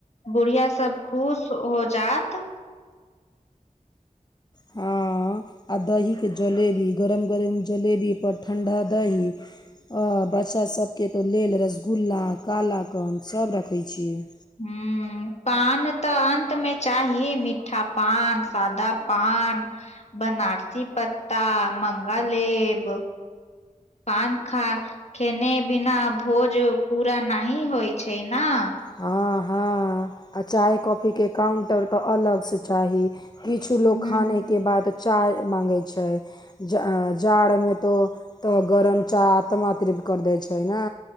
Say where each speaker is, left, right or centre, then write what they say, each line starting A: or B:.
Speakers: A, on the left (about 50°); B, on the left (about 30°).
A: बुढ़िया सब खुश हो जात
B: हँ आ दहीके जलेबी गरम गरम जलेबीपर ठण्ढा दही ह बच्चा सबके तऽ लेल रसगुल्ला काला कान सभ रखै छियै
A: हूं पान तऽ अन्त मे चाही मीठा पान सादा पान बनारसी पत्ता मंगालेब पानखा खेने बिना भोज पूरा नी होइ छै न
B: हँ हँ आ चाय कॉफीके काउं्टर तऽ अलगसँ चाही किछु लोक
A: हूं
B: खानेके बाद चाय मा गे छै जा जाड़मे तऽ तऽ गरम चाह आत्मा त्रृप्त करि दै छै ने